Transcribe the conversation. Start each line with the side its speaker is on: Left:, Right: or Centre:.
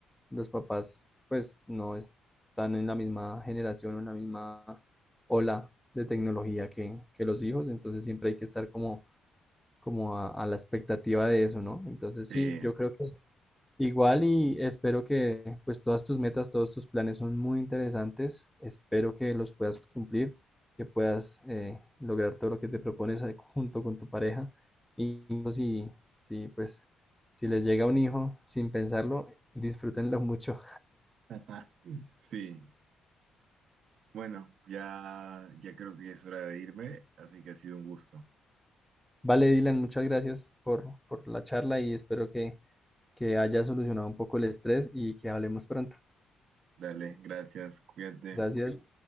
Centre: los papás pues no están en la misma generación o en la misma ola de tecnología que, que los hijos, entonces siempre hay que estar como, como a, a la expectativa de eso, ¿no? Entonces
Right: sí.
Centre: sí, yo creo que Igual y espero que pues todas tus metas, todos tus planes son muy interesantes. Espero que los puedas cumplir, que puedas eh, lograr todo lo que te propones ahí junto con tu pareja. Y pues, si, si pues si les llega un hijo sin pensarlo, disfrútenlo <laughs> mucho.
Right: <laughs> Sí. Bueno, ya, ya creo que ya es hora de irme, así que ha sido un gusto.
Centre: Vale, Dylan, muchas gracias por, por la charla y espero que, que haya solucionado un poco el estrés y que hablemos pronto.
Right: Dale, gracias, cuídate.
Centre: Gracias.